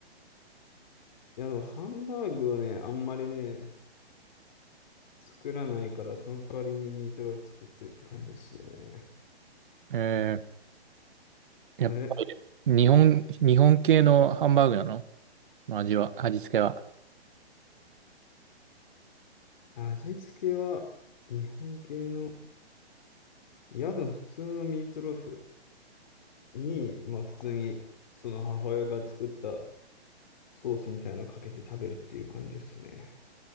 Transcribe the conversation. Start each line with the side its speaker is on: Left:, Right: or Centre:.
Left: や、あの、ハンバーグはね、あんまりね、作らないから、その代わりにミートローフ作ってって感じですね。
Right: えー、やっぱり、
Left: あれ
Right: 日本、日本系のハンバーグなの味は、味付けは。
Left: 味付けは、日本系の、宿の普通のミートローフに、まあ普通に、その母親が作ったソースみたいなのかけて食べるっていう感じですね。